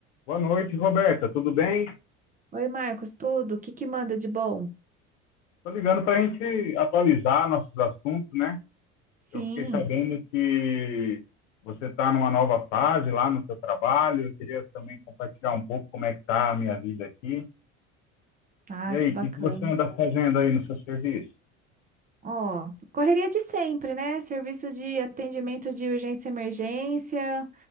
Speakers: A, on the left; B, on the right.
A: Boa noite, Roberta. Tudo bem?
B: Oi, Marcos, tudo? O que que manda de bom?
A: Estou ligando para a gente atualizar nossos assuntos, né?
B: Sim,
A: Eu fiquei sabendo que você está numa nova fase lá no seu trabalho. Eu queria também compartilhar um pouco como é que está a minha vida aqui.
B: ah,
A: E aí,
B: que
A: o
B: bacana.
A: que que você anda fazendo aí no seu serviço?
B: Ó, correria de sempre, né? Serviço de atendimento de urgência e emergência,